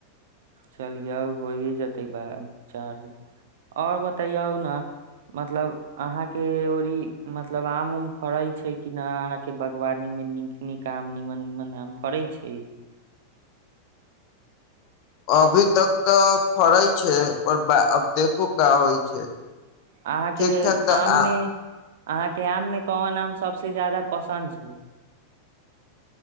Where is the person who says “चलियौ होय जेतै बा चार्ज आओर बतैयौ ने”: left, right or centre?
Right